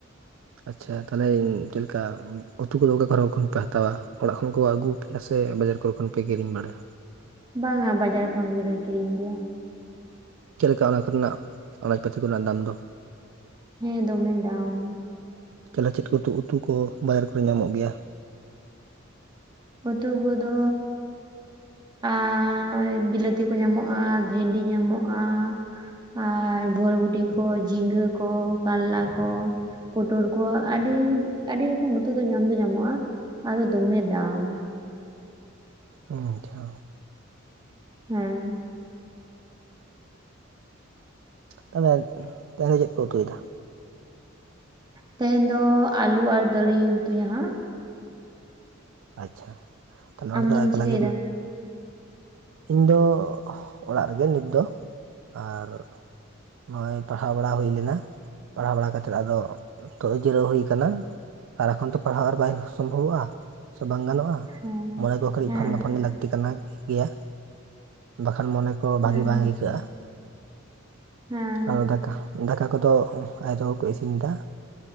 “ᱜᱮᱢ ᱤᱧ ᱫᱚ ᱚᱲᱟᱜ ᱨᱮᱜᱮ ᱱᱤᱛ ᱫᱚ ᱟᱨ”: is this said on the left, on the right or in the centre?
Right